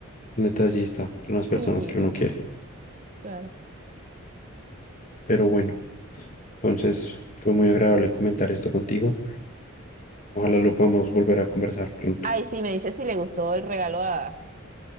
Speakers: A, on the left; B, on the right.
A: detallista con las
B: Sí,
A: personas que uno quiere.
B: claro.
A: Pero bueno, entonces fue muy agradable comentar esto contigo. Ojalá lo podamos volver a conversar pronto.
B: Ay, sí, me dice si le gustó el regalo a, a